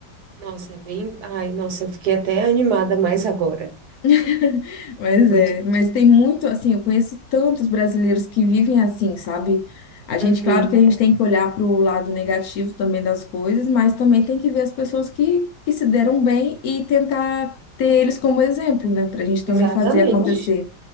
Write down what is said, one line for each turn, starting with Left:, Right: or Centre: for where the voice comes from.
Right: Nossa, é bem. Ai, nossa, eu fiquei até animada mais agora.
Left: <laughs> Mas
Right: Muito
Left: é,
Right: bom.
Left: mas tem muito assim, eu conheço tantos brasileiros que vivem assim, sabe? A gente,
Right: Uhum.
Left: claro que a gente tem que olhar para o lado negativo também das coisas, mas também tem que ver as pessoas que, que se deram bem e tentar ter eles como exemplo, né? Para a gente também
Right: Exatamente.
Left: fazer acontecer.